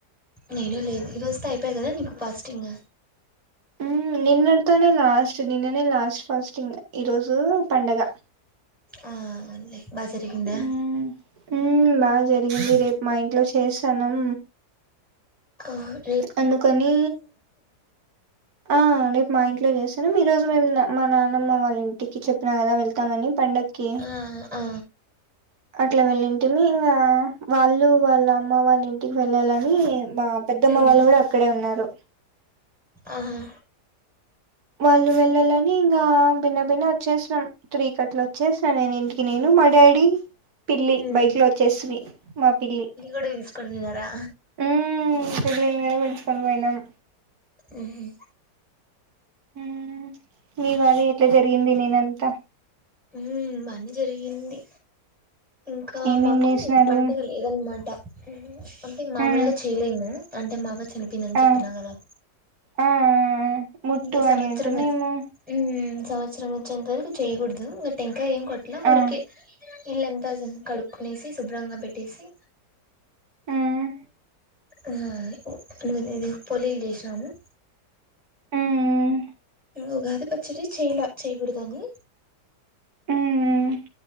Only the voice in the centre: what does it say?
నేను లేదు ఈరోజ్ తో అయిపోయగా కదా నీకు ఫస్టింగు
ఆ అవునులే బా జరిగిందా
కా
ఆ ఆ
ఉమ్
ఆహా
ఉమ్
కూడా పిలుచుకొని పోయినారా
ఉహు
ఊ బానే జరిగింది ఇంకా
మాకు
పండగ లేదన్నమాట ఊ అంటే మామూలుగా
చేయలేము గా అంటే మా అవ్వ చనిపోందని
చెప్పినా కదా
ఇంగ సంవత్సరం
మద్ హుమ్ సంవత్సరం వచ్చేంత వరకు చేయ్యకూడదు ఇంకా టెంకాయ ఏం కొట్టలే ఊరికే
ఇల్లంతా స్ కడుక్కుొనేసి శుభ్రంగా పెట్టేసి
ఆ ను వ్ ఇది పొలీలు చేసినాము
ఉగాది పచ్చడి చెయలా చేయకూడదని